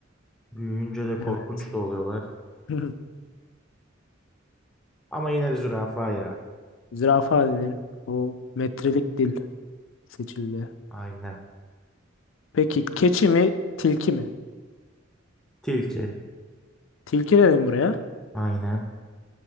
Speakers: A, in the centre; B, on the left (about 70°).
A: büyüyünce de korkunç
B: Evet.
A: da oluyorlar.
B: <laughs>
A: Ama yine zürafa ya.
B: Zürafa dedin. O metrelik dil seçildi.
A: Aynen.
B: Peki keçi mi tilki mi?
A: Tilki.
B: Tilki dedim buraya.
A: Aynen.